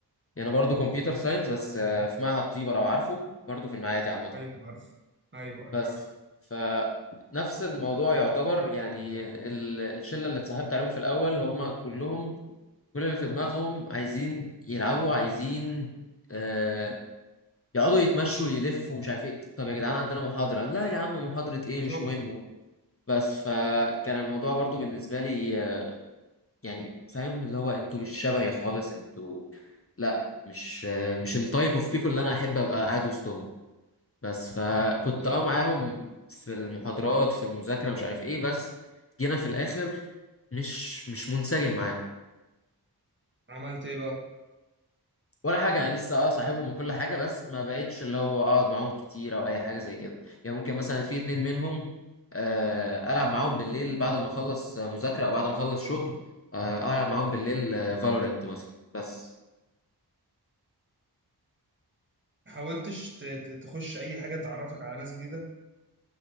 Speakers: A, on the left; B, on the right.
A: يعني برضو كمبيوتر ساينس بس آه، في معهد طيبه لو عارفه برضو في المعادي عامه
B: ايوه عارف ايوه ايوه
A: بس
B: عارف
A: فنفس الموضوع يعتبر يعني ال- الشلة اللي اتصاحبت عليهم في الأول هم كلهم كل اللي في دماغهم عايزين يلعبوا عايزين آه يقعدوا يتمشوا يلفوا مش عارف ايه طب يا جدعان عندنا محاضرة لا يا عم محاضرة ايه
B: بالظبط
A: مش مهم بس فكان الموضوع برضو بالنسبة لي آه، يعني فاهم اللي هو انتوا مش شبهي خالص انتوا لا مش آه، مش التايب اوف بيبول اللي انا احب ابقى قاعد وسطهم بس فكنت
B: بالظبط.
A: اه معاهم في المحاضرات في المذاكرة مش عارف ايه بس جينا في الآخر مش مش منسجم معاهم
B: عملت ايه بقى
A: ولا حاجة أنا لسه اه صاحبهم وكل حاجة بس ما بقتش اللي هو أقعد معاهم كتير أو أي حاجة زي كده يعني ممكن مثلا في اتنين منهم آه، ألعب معاهم بالليل بعد ما أخلص مذاكرة أو بعد ما أخلص شغل آه، ألعب معاهم بالليل فالورنت مثلا بس
B: حاولتش ت- ت- تخش اي حاجة تعرفك على ناس جديدة